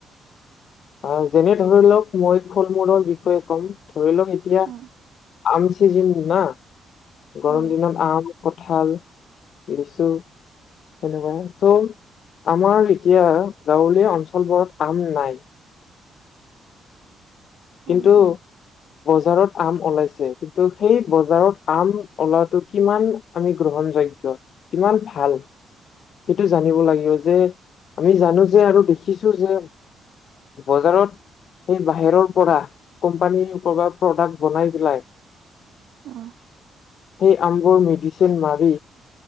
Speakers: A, on the left; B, on the right.
A: আ যেনে ধৰি লওক মই ফল-মূলৰ বিষয়ে ক'ম৷ ধৰি লওক এতিয়া
B: হয়
A: আম চিজন না
B: হয়
A: গৰম দিনত আম, কঁঠাল, লিচু তেনেকুৱা চ' আমাৰ এতিয়া গাঁৱলীয়া অঞ্চল বোৰত আম নাই। কিন্তু
B: হয় হয়
A: বজাৰত আম ওলাইছে কিন্তু সেই বজাৰত আম ওলাটো কিমান আমি গ্ৰহণযোগ্য কিমান ভাল৷ সেইটো জানিব লাগিব যে আমি জানো যে আৰু দেখিছো যে বজাৰত সেই বাহিৰৰ পৰা কোম্পানী ক প্ৰডাক্ট বনাই পেলাই
B: অ,
A: সেই আমবোৰ মেডিচিন মাৰি